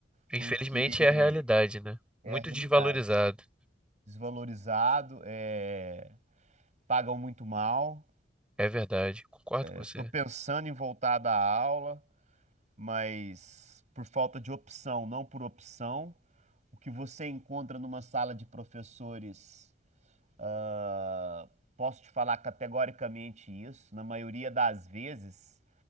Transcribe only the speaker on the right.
porque
é
a realidade.
Desvalorizado, é, pagam muito mal.
Estou pensando em voltar da aula, mas por falta de opção, não por opção. O que você encontra numa sala de professores Ah, posso te falar categoricamente isso. Na maioria das vezes,